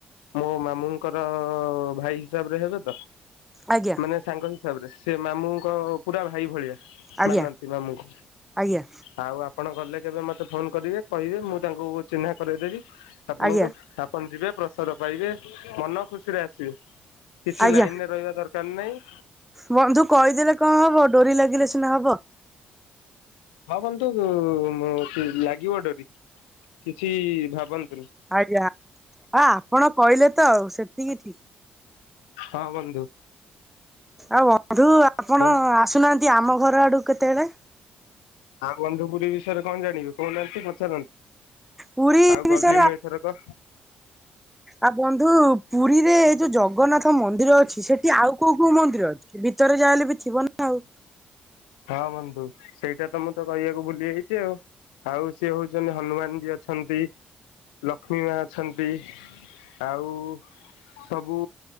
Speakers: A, on the left; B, in the centre.
A: ମୋ ମାମୁଁଙ୍କର ଭାଇ ହିସାବରେ ହେବେ ତ।
B: ଆଜ୍ଞା
A: ମାନେ ସାଙ୍ଗ ହିସାବରେ। ସେ ମାମୁଁଙ୍କ ପୁରା ଭାଇ ଭଳିଆ।
B: ଆଜ୍ଞା
A: ମାନନ୍ତି ମାମୁଙ୍କୁ।
B: ଆଜ୍ଞା
A: ଆଉ ଆପଣ ଗଲେ କେବେ ମତେ ଫୋନ କରିବେ। କହିବେ ମୁଁ ତାଙ୍କୁ ଚିହ୍ନା କରେଇଦେବି ଆପଣଙ୍କୁ।
B: ଆଜ୍ଞା
A: ଆପଣ ଯିବେ ପ୍ରସାଦ ପାଇବେ। ମନ ଖୁସିରେ ଆସିବେ। କିଛି
B: ଆଜ୍ଞା
A: ଲାଇନରେ ରହିବା ଦର କାର ନାଇଁ।
B: ବନ୍ଧୁ କହିଦେଲେ କଣ ହବ ଡୋରି ଲାଗିଲେ ସିନା ହବ।
A: ହଁ ବନ୍ଧୁ ଉଁ ଲାଗିବ ଡୋରି। କିଛି ଭାବନି
B: ଆଜ୍ଞା ଅ ଆପଣ କହିଲେ ତ ଆଉ ସେତିକି ଠିକ୍।
A: ହଁ ବନ୍ଧୁ।
B: ଆଉ ବନ୍ଧୁ ଆପଣ
A: ବନ୍ଧୁ
B: ଆସୁନାହାନ୍ତି ଆମ ଘର ଆଡୁ କେତେବେଳେ?
A: ଆଉ ବନ୍ଧୁ ପୁରୀ ବିଷୟରେ କଣ ଯାଣିବେ କହୁନାହାନ୍ତି ପଚାରନ୍ତୁ।
B: ପୁରୀ
A: ଆଉ ଗଲି
B: ବିଷୟରେ
A: ମୁଁ
B: ଆ
A: ଏଥରକ
B: ଆ ବନ୍ଧୁ ପୁରୀରେ ଯୋଉ ଜଗନ୍ନାଥ ମନ୍ଦିର ଅଛି। ସେଟି ଆଉ କୋଉ କୋଉ ମନ୍ଦିର ଅଛି? ଭିତରେ ଯା ହେଲେ ବି ଥିବ ନା ଆଉ।
A: ହଁ ବନ୍ଧୁ ସେଇଟା ତ ମୁଁ ତ କହିବାକୁ ଭୁଲି ଯାଇଚି ଆଉ। ଆଉ ସିଏ ହୋଉ ଚନ୍ତି ହନୁମାନ ଯି ଅଛନ୍ତି। ଲକ୍ଷ୍ମୀ ମା ଅଛନ୍ତି। ଆଉ ସବୁ